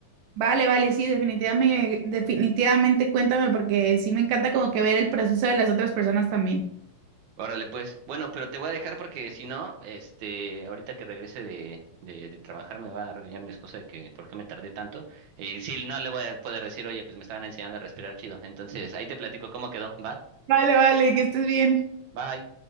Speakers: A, on the right; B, on the right.
A: Vale, vale, sí, definitivamente, definitivamente cuéntame porque sí me encanta como que ver el proceso de las otras personas también.
B: Órale, pues. Bueno, pero te voy a dejar porque si no, este, ahorita que regrese de, de, de trabajar me va a regañar mi esposa de que por qué me tardé tanto. Y sí, no le voy a poder decir, oye, pues me estaban enseñando a respirar chido. Entonces, ahí te platico cómo quedó, ¿va?
A: Vale, vale, que estés bien.
B: Bye.